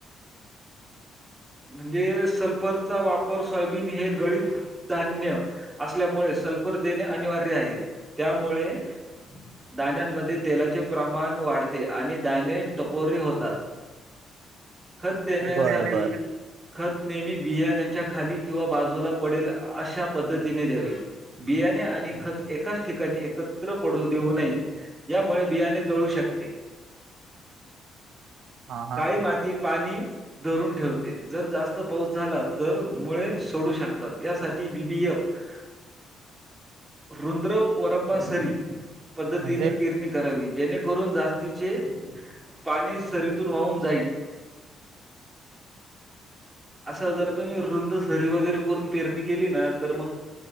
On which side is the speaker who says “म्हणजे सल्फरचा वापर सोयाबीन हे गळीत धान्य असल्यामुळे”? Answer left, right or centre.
Right